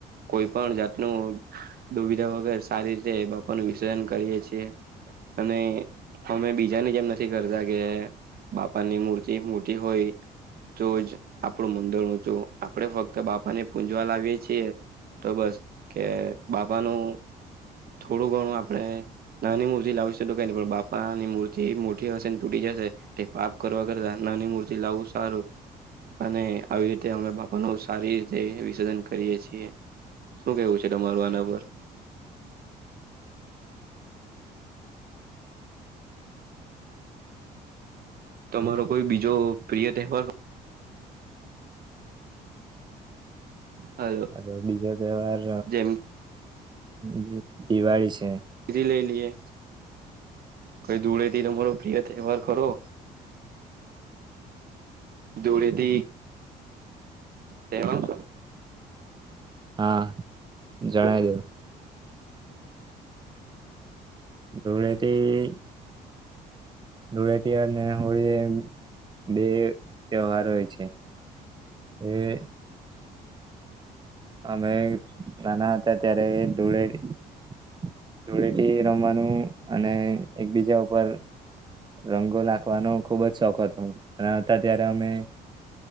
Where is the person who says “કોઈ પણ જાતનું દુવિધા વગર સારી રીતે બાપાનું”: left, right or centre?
Right